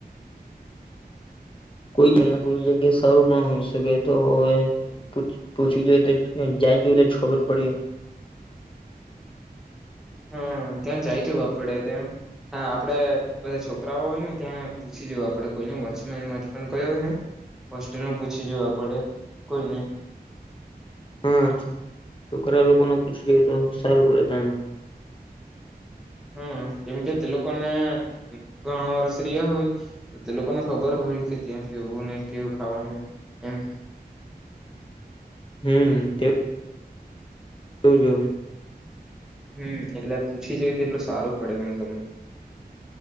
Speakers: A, on the left; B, in the centre.
A: કોઈ જને કોઈ જગ્યા સારું પણ હોઈ શકે તો હવે પૂછી જોઈએ તો જાય જોઈ તો જ ખબર પડીયે
B: હ ત્યાં જઈ જવું આપડે ત્યાં આપડે બધા છોકરાઓ હોય. ને ત્યાં પૂછી જવા આપડે કોઈને વોચમેન વચમેન કોઈ હોય ને હોસ્ટેલમાં પૂછી જવું આપડે કોઈ ને
A: હા છ છોકરા લોકોને પૂછી જોયે તો સારું પડે તાના
B: હમ્મ કેમ કે તે લોકોને ઘણા વર્ષ રહ્યા હોય તે લોકોને ખબર હોય કે ત્યાં કેવું ને કેવું ખાવાનું એમ
A: હમ્મ તે જોજો હવે
B: હમ્મ એટલે પૂછી જય તો એટલું સારું પડે મતલબ